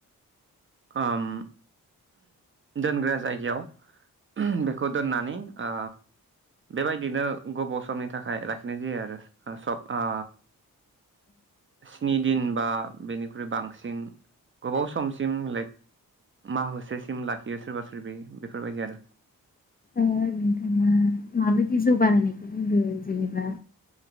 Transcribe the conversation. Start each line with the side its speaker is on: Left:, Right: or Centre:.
Right: ओम दोनग्रा जायगायाव बेखौ दोननानै ओ बेबायदिनो गोबाव समनि थाखाय लाखिनाय जायो आरो सब ओ स्नि दिन बा बेनिख्रुइ बांसिन गोबाव सम सिम लाइक मा हसेसिम लाखियो सोरबा सोरबि बेफोरबायदि आरो
Left: नोंथाङा मा-माबायदि जौगानायनायखौ बुंदों जेनेबा